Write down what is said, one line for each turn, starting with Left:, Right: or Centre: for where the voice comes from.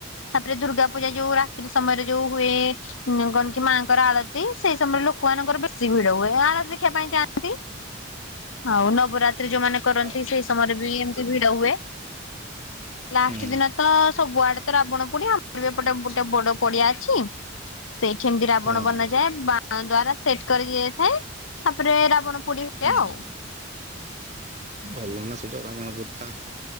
Left: ତାପରେ ଦୁର୍ଗା ପୂଜା ଯୋଉ ରା ସେ ସମୟରେ ଯୋଉ ହୁଏ ଉଁ କଣ କି ମାଆଙ୍କର ଆଳତୀ ସେଇ ସମୟରେ ଲୋକମାନଙ୍କର ବେଶୀ ଭିଡ ହୁଏ ଆଳତୀ ଦେଖିବା ପାଇଁ ଯାଆନ୍ତି। ଆଉ ନବରାତ୍ରୀ ଯୋଉମାନେ କରନ୍ତି
Right: ଆଉ
Left: ସେଇ ସମୟରେ ବି ଏମିତି ଭିଡ ହୁଏ। ଲାଷ୍ଟ
Right: ହୁଁ
Left: ଦିନ ତ ସବୁଆଡେ ତ ରାବଣ ପୁଡି ଆମର ବି ଏପଟେ ବୁ ଗୋଟେ ବଡ଼ ପଡିଆ ଅଛି ସେଇଠି ଏମିତି ରାବଣ
Right: ହଁ
Left: ବନାଯାଏ ବା ଣ ଦ୍ଵାରା ସେଟ୍ କରି ଇଏ ହୁଏ ତାପରେ ରାବଣ ପୁଡି ହୁଏ
Right: ହୁଁ
Left: ଆଉ।
Right: ଭଲ ନା ସେଇଟା ରାବଣ ପୁରୁଖା।